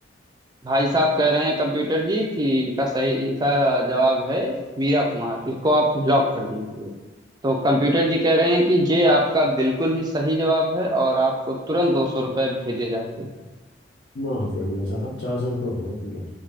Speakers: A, on the right; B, on the left.
A: भाई साहब कह रहे हैं कंप्यूटर जी कि इनका सही इनका जवाब है मीरा कुमार इसको आप लॉक कर दीजिए तो कंप्यूटर जी कह रहे हैं कि ये आपका बिल्कुल ही सही जवाब है और आपको तुरंत दो सौ रुपये भेजे जाते हैं
B: बहुत बढ़िया साहब चार सौ रुपये हो गए पूरे